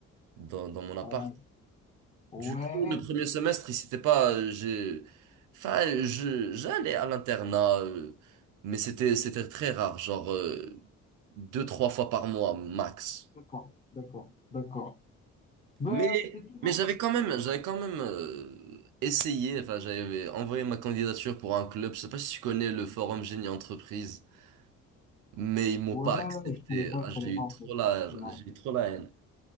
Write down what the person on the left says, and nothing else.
ouais. Ouais,
D'accord, d'accord, d'accord. Bah,
c'était toujours.
Ouais,
je connais pas,
je
connais pas
en
fait.
Non.